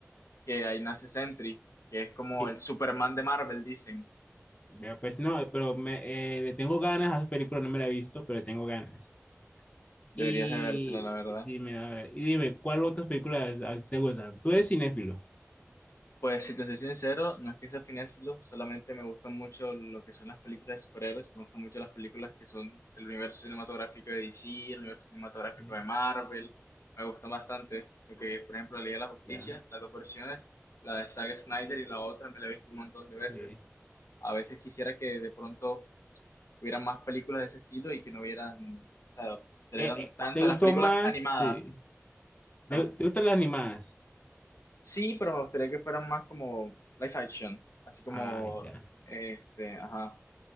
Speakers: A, on the left (about 75°); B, on the left (about 30°).
A: que ahí nace Sentry, que es como
B: y-
A: el Superman de Marvel, dicen.
B: Vea, pues no, pero me, eh, le tengo ganas a esa película, no me la he visto, pero le tengo ganas.
A: Deberías
B: Y
A: de vértela, la verdad.
B: sí, me da a ver. Y dime, ¿cuál otras películas a ti te gustan? Tú eres cinéfilo.
A: Pues si te soy sincero, no es que sea cinéfilo, solamente me gustan mucho lo que son las películas de superhéroes, me gustan mucho las películas que son del universo cinematográfico de DC, el universo cinematográfico
B: Sí,
A: de Marvel, me gustan bastante lo que, por ejemplo, la Liga de la Justicia,
B: ya,
A: las dos versiones, la de Zack Snyder y la otra me la he visto un montón de veces.
B: sí.
A: A veces quisiera que de pronto hubieran más películas de ese estilo y que no hubieran, o sea, salieran
B: Eh, eh,
A: tanto
B: ¿te gustó
A: de las películas
B: más?
A: animadas,
B: Sí. ¿Te,
A: ¿sabes?
B: te gustan las animadas?
A: Sí, pero me gustaría que fueran más como live action, así como,
B: Ah, ya,
A: este, ajá,